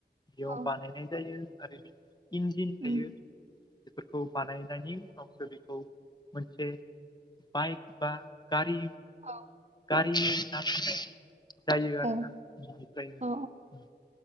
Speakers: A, on the left; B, on the right.
A: बेयाव
B: अ
A: बानायनाय जायो आरो बि इन्जिन
B: उम
A: थायो बेफोरखौ बानायनायनि उनावसो बेखौ मोनसे बाइक बा गारि
B: औ।
A: गारिनि नार जायो आरोना
B: अ
A: बिनिफ्रायनो
B: अ